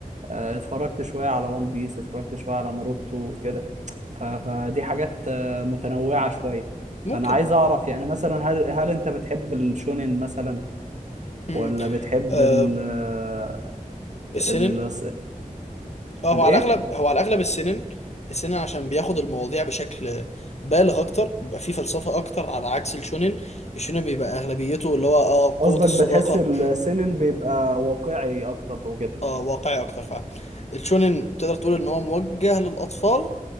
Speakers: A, on the right; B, on the left.
A: آه، اتفرجت شوية على ون بيس اتفرجت شوية على ناروتو كده ف- فدي حاجات آه، متنوعة شوية
B: ممكن
A: فأنا عايز أعرف يعني مثلا هل هل أنت بتحب الشونين مثلا ولا
B: امم
A: بتحب
B: آه
A: ال آه،
B: السنن
A: ال
B: اه
A: الإيه؟
B: هو على الاغلب هو على الاغلب السنن السنن عشان بياخد المواضيع بشكل بالغ اكتر بيبقى فيه فلسفه اكتر على عكس الشونن الشونن بيبقى اغلبيته اللي هو اه
A: قصدك
B: قوه الصداقه
A: بتحس السنن بيبقى واقعي اكتر وكده
B: اه واقعي اكتر فعلا الشونن تقدر تقول ان هو موجه للاطفال